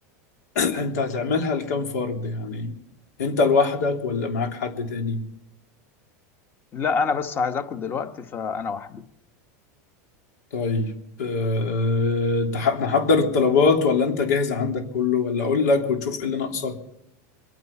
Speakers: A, on the left; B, on the left.
A: <clears throat> انت هتعملها لكام فرد يعني انت لوحدك ولا معاك حد تاني
B: لا انا بس عايز اكل دلوقتي فانا وحدي
A: طيب آه، آه، تح- نحضر الطلبات ولا انت جاهز عندك كله ولا اقول لك وتشوف ايه اللي ناقصك